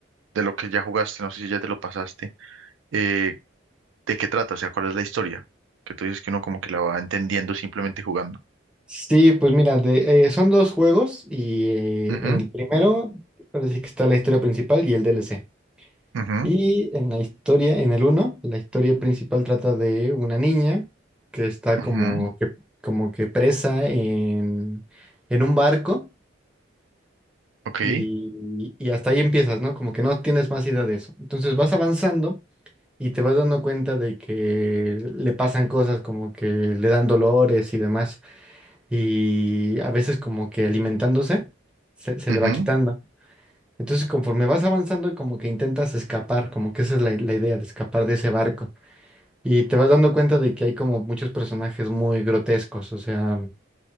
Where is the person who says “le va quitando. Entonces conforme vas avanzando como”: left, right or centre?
Centre